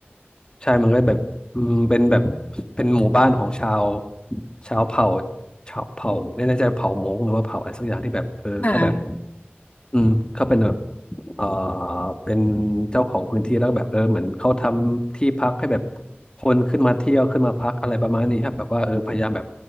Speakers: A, on the left; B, on the left.
A: ใช่มันก็แบบอืมเป็นแบบ เป็นหมู่บ้านของชาว ชาวเผ่าชาวเผ่าไม่แน่ใจเผ่ามงหรือว่าเผ่าอะไรสักอย่างที่แบบเออเขาแบบ
B: ค่ะ
A: อืมเขาเป็นแบบเอ่อเป็นเจ้าของพื้นที่แล้วก็แบบเออเหมือนเขาทำที่พักให้แบบคนขึ้นมาเที่ยวขึ้นมาพักอะไรประมาณนี้ครับแบบว่าเออพยายามแบบ